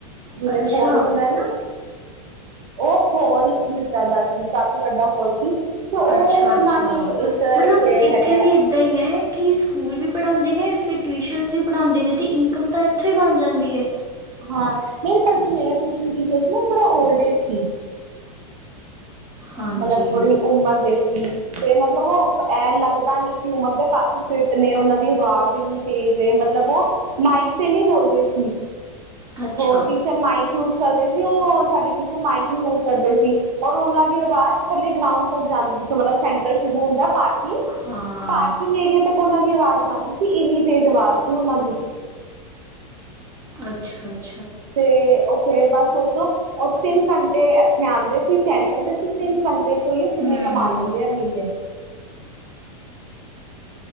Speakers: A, on the right; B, on the right.
A: ਜਿਵੇਂ
B: ਅੱਛਾ
A: ਹੋਲ ਹੁੰਦਾ ਹੈ ਨਾ ਉਹ ਹੋਲ। ਇੱਦਾਂ ਦਾ ਸੀ, ਕਾਫ਼ੀ ਵੱਡਾ ਹਾਲ ਸੀ, ਤੇ ਉਹ
B: ਅੱਛਾ
A: ਉਹਨਾਂ
B: ਅੱਛਾ
A: ਨੇ ਇੱਕ
B: ਮਤਲਬ
A: ਇੱਥੇ ਹੈਗਾ।
B: ਵੀ ਇਦਾਂ ਹੀ ਹੈ ਕਿ ਸਕੂਲ ਵੀ ਪੜ੍ਹਾਉਂਦੇ ਨੇ ਫਿਰ ਟਿਊਸ਼ਨਸ ਵੀ ਪੜ੍ਹਾਉਂਦੇ ਨੇ ਅਤੇ ਇਨਕਮ ਤਾਂ ਇੱਥੋਂ ਹੀ ਬਣ ਜਾਂਦੀ ਹੈ
A: ਹਾਂ ਨਹੀਂ ਪਰ ਜੋ ਮੇਰਾ ਟਿਊਸ਼ਨ ਟੀਚਰ ਸੀ ਨਾ ਥੋੜ੍ਹਾ ਓਲਡ ਏਜ ਸੀ <inaudible>
B: ਹਾਂਜੀ
A: ਮਬ ਉਮਰ ਦੇ ਸੀ ਤੇ ਮਤਲਬ ਉਹ ਲੱਗਦਾ ਨ ਸੀ ਉਮਰ ਦੇ ਕਾਫੀ ਫਿਟ ਨੇ ਉਹਨਾਂ ਦੀ ਆਵਾਜ਼ ਇਨੀ ਤੇਜ ਮਤਲਬ ਉਹ ਮਾਈਕ ਤੇ ਨਹੀਂੀ ਬੋਲਦੇ ਸੀ
B: ਅੱਛਾ
A: ਉਹ ਟੀਚਰ ਮਾਈਕ ਯੂਜ ਕਰਦੇ ਸੀ ਉਹ ਸਾਡੇ ਟੀਚਰ ਮਾਈਕ ਨੀ ਯੂਜ ਕਰਦੇ ਸੀ ਔਰ ਉਹਨਾਂ ਦੀ ਆਵਾਜ਼ ਥੱਲੇ ਗਰਾਂਡ ਤੱਕ ਜਾਂਦੀ ਜਿੱਥੋਂਤਲਬ ਸੈਂਟਰ ਸ਼ੁਰੂ ਹੁੰਦਾ ਪਾਰਕਿੰਗ
B: ਹਾਂ
A: ਪਾਰਕਿੰਗ ਏਰੀਆ ਤੱਕ ਉਹਨਾਂ ਦੀ ਆਵਾਜ਼ ਜਾਂਦੀ ਸੀ ਇੰਨੀ ਤੇਜ਼ ਆਵਾਜ਼ ਸੀ ਉਹਨਾਂ ਦੀ
B: ਅੱਛਾ ਅੱਛਾ
A: ਤੇ ਉਹ ਫੇਰ ਬਸ ਸੋਚੋ ਉਹ ਤਿੰਨ ਘੰਟੇ ਇੱਥੇ ਆਉਂਦੇ ਸੀ ਸੈਂਟਰ ਤੇ ਤੇ ਤਿੰਨ ਘੰਟੇ ਚੋਂਈ ਉਹ ਕਿੰਨੇ
B: ਹੂੰ
A: ਕਮਾ ਲੈਂਦੇ ਆ ਮਹੀਨੇ ਦੇ